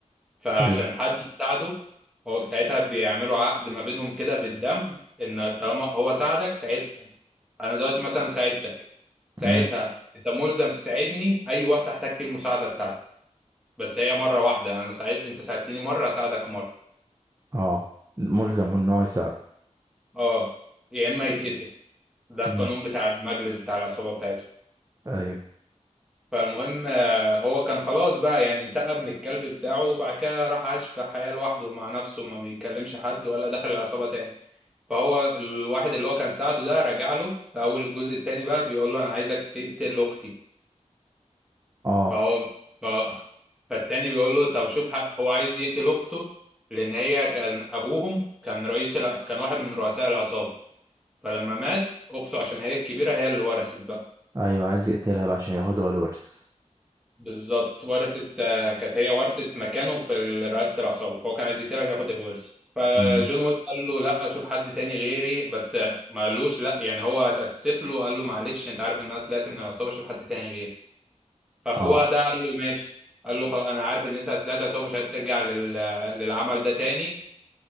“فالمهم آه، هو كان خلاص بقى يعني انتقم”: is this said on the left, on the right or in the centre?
Centre